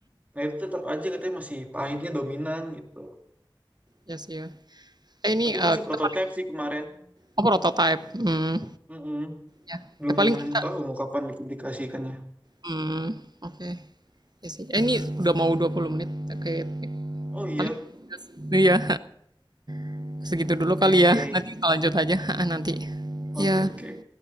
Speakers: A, on the right; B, on the right.
A: nah itu tetap aja katanya masih pahitnya dominan gitu.
B: ya yes, sih ya. Eh ini
A: Tapi
B: eh,
A: itu masih
B: kita
A: prototipe
B: paling
A: sih kemarin.
B: oh, prototype. Hmm.
A: Mm-mm.
B: Ya.
A: Belum
B: Eh paling kita
A: tahu mau kapan dipublikasikannya.
B: hmm. Oke. Okay. Ya sih. Eh, ini udah mau 20 menit. Oke. Okay.
A: Oh iya,
B: Paling Iya, <laughs> segitu dulu kali
A: oke,
B: ya. Nanti kita lanjut aja <laughs> nanti.
A: Oke,
B: Ya.
A: oke.